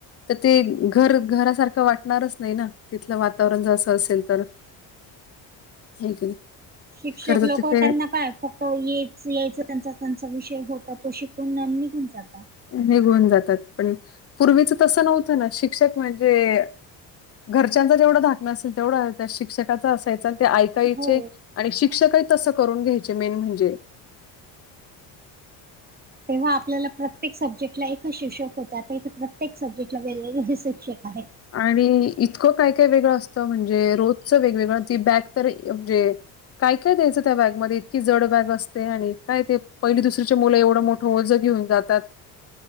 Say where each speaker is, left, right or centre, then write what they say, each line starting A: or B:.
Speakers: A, on the left; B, on the right.
A: तर ते घर घरासारखं वाट णारच नाही ना, तिथलं वातावरण जर असं असेल तर, हाय की नाही.
B: शिक्षक
A: खर तर
B: लोक
A: तिथे
B: त्यांना काय फक्त च यायच त्यांचा त्यांचा विषय होता तो शिकून निघून जाता.
A: निघन जातात, पण पूर्वीच तसं नव्हतं ना शिक्षक म्हणजे घरच्यांचा जेवढा धाक नसायचा तेवढा त्या शिक्षकाचा असायचा, ते ऐकायचे,
B: हो
A: आणि शिक्षकही तसं करून घ्यायचे मेन म्हणजे
B: तेव्हा आपल्याला प्रत्येक सब्जेक्टला एकच शिक्षक होते, आता इथं प्रत्येक सब्जेक्टला वेगळे शिक्षक आहेत.
A: आणि इतकं काय काय वेगळं असतं म्हणजे रोजचं वेगवेगळं, ती बॅग तर म्हणजे काय काय द्यायचं त्या बॅगमध्येध्ये इतकी जड बॅग असते आणि काय ते पहिली दुसरीचे मुलं एवढं मोठं ओझ घेऊन जात तात,